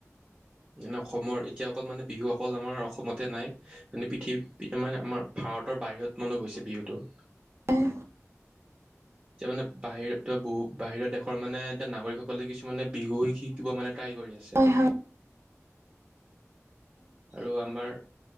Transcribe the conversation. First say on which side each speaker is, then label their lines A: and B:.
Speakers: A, on the right; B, on the right.
A: যেনে অসমৰ এতিয়া অকল মানে বিহু অকল আমাৰ অসমতে নাই। মানে পৃথিৱী মানে আমাৰ ভাৰতৰ বাহিৰত মানো গৈছে বিহুটো। <inaudible>
B: হয়
A: এতিয়া মানে বাহিৰত ত বহু বাহিৰৰ দেশৰ মানে এতিয়া নাগৰিকসকলে কিছুমানে বিহু শিকি শিকিব মানে ট্ৰাই কৰি আছে
B: হয় হয়
A: আৰু আমাৰ